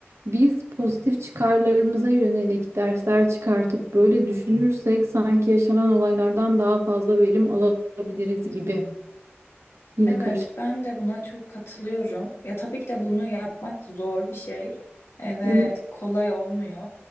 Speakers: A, on the right (about 80°); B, on the left (about 80°).
A: biz pozitif çıkarlarımıza yönelik dersler çıkartıp böyle düşünürsek sanki yaşanan olaylardan daha fazla verim alabiliriz gibi. Yine
B: Evet,
A: karışık.
B: ben de buna çok katılıyorum. Ya tabii ki de bunu yapmak zor bir şey e, ve
A: Evet.
B: kolay olmuyor.